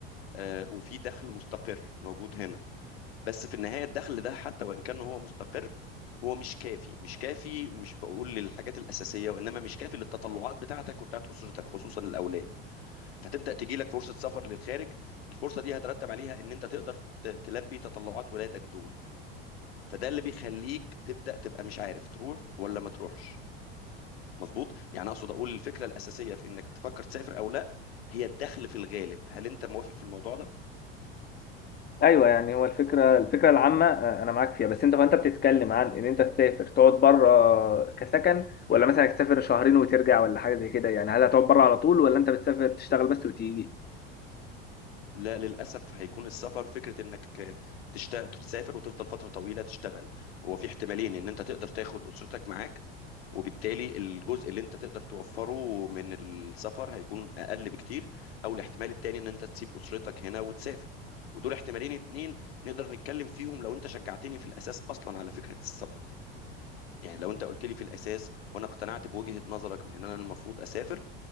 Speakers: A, on the left; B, on the left.
A: آه، وفي دخل مستقر موجود هنا بس في النهايه الدخل ده حتى وان كان هو مستقر هو مش كافي مش كافي مش بقول للحاجات الاساسيه وانما مش كافي للتطلعات بتاعتك وبتاعت اسرتك خصوصا الاولاد فتبدا تجي لك فرصه سفر للخارج الفرصه دي هترتب عليها ان انت تقدر ت- تلبي تطلعات ولادك دول فده اللي بيخليك تبدا تبقى مش عارف تروح ولا ما تروحش مظبوط يعني اقصد اقول الفكره الاساسيه في انك تفكر تسافر او لا هي الدخل في الغالب هل انت موافق في الموضوع ده
B: ايوه يعني هو الفكره الفكره العامه آه، انا معاك فيها بس انت هو انت بتتكلم عن ان انت تسافر تقعد بره كسكن ولا مثلا تسافر شهرين وترجع ولا حاجه زي كده يعني هل هتقعد بره على طول ولا انت بتسافر تشتغل بس وتيجي
A: لا للاسف هيكون السفر فكره انك تشتغل تسافر وتفضل فتره طويله تشتغل هو في احتمالين ان انت تقدر تاخد اسرتك معاك وبالتالي الجزء اللي انت تقدر توفره من السفر هيكون اقل بكتير او الاحتمال التاني ان انت تسيب اسرتك هنا وتسافر ودول احتمالين اتنين نقدر نتكلم فيهم لو انت شجعتني في الاساس اصلا على فكره السفر يعني لو انت قلت لي في الاساس وانا اقتنعت بوجهة نظرك من ان انا المفروض اسافر